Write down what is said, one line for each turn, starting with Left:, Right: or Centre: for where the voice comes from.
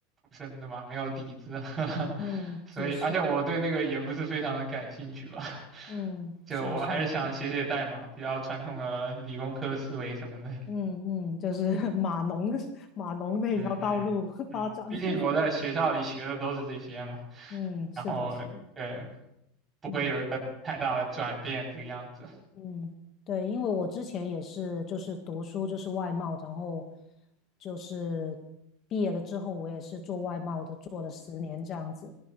Right: 生的嘛，没有底子，<laughs>
Left: 嗯，
Right: 所以而且我对那个也不是非常的感兴趣吧。
Left: 也是，嗯，
Right: 就我还是想写写代码，
Left: 是是。
Right: 比较传统的理工科思维什么的。
Left: 嗯嗯，就是 <laughs> 码农码农那条道路发展。
Right: 嗯嗯嗯，毕竟我在学校里学的都是这些嘛，
Left: <laughs> 嗯，
Right: 然后对，
Left: 是的，是的，
Right: 不会有一个太大的转变这个样子
Left: 嗯嗯，对，因为我之前也是，就是读书就是外贸，然后就是毕业了之后，我也是做外贸的，做了十年这样子，